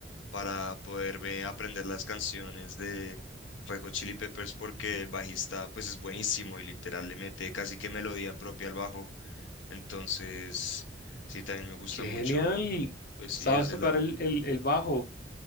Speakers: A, on the left; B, on the left.
A: para poderme aprender las canciones de Red Hot Chili Peppers porque el bajista pues es buenísimo y literal le mete casi que melodía propia al bajo. Entonces, sí, también me gusta
B: ¡Qué
A: mucho,
B: genial!
A: pues sí,
B: ¿Sabes
A: ese
B: tocar
A: lado.
B: el, el, el bajo?